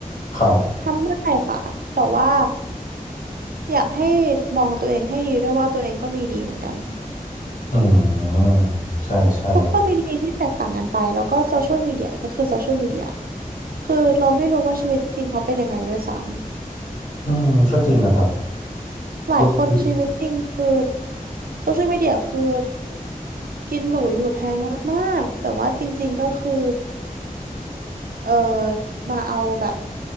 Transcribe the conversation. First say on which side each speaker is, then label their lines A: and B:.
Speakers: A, on the left; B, on the right.
A: ครับ
B: ทำได้ค่ะแต่ว่าอยากให้มองตัวเองให้ดีด้วยว่าตัวเองก็มีดีเหมือนกัน
A: อืมใช่ใช่
B: ทุกคนมีดีที่แตกต่างกันไปแล้วก็โซเชียลมีเดียก็คือโซเชียลมีเดียคือเราไม่รู้ว่าชีวิตจริงเขาเป็นยังไงด้วยซ้ำ
A: อืมก็จริงนะครับ
B: หลายคนชีวิตจริงคือ
A: ลองดู
B: โซเชียลมีเดียคือกินหรูอยู่แพงมากๆแต่ว่าจริงๆก็คือเออมาเอาแบบ